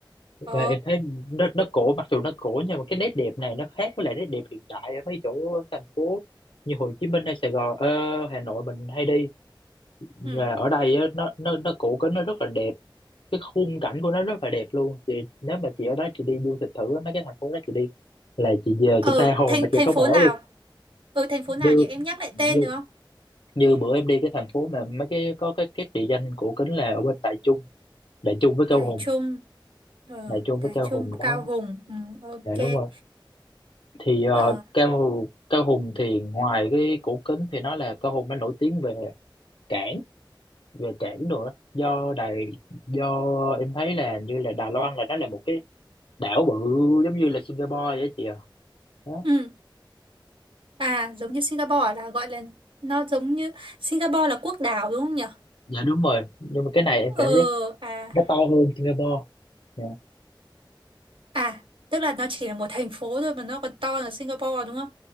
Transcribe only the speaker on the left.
và
em thấy nó nó cổ mặc dù nó cổ nhưng mà cái nét đẹp này nó khác với lại nét đẹp hiện đại ở mấy chỗ thành phố như Hồ Chí Minh hay Sài Gòn ờ, Hà Nội mình hay đi và
ở đây á, nó nó nó cổ kính nó rất là đẹp cái khung cảnh của nó rất là đẹp luôn thì nếu mà chị ở đó chị đi du lịch thử á, mấy cái thành phố đó chị đi là chị về
chị tha hồ
mà chị
sống
ảo
luôn
như
như
như bữa em đi cái thành phố mà mấy cái có cái cái địa danh cổ kính là ở bên Đại Trung Đại Trung với
Cao Hùng
Đại Trung với
Cao
Hùng đó
là đúng rồi thì ờ,
Cao Hùng Cao Hùng thì ngoài cái cổ kính thì nó là Cao Hùng nó nổi tiếng về cảng về cảng đồ đó do Đài do em thấy là như là Đài Loan là nó là một cái đảo bự giống như là Singapore vậy chị à đó.
dạ đúng rồi nhưng mà cái này em cảm
giác
nó to hơn Singapore Dạ.